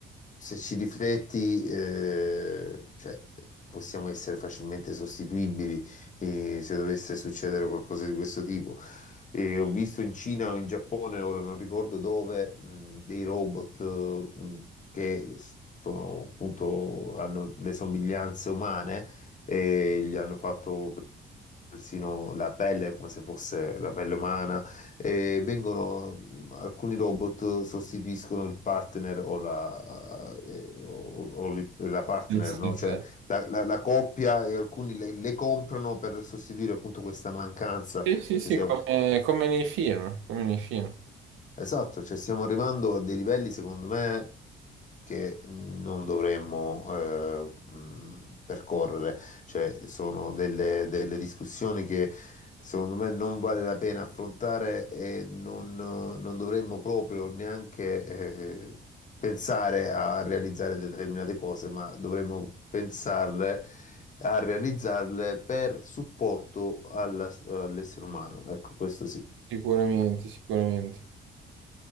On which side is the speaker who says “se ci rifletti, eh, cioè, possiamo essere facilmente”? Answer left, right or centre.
Left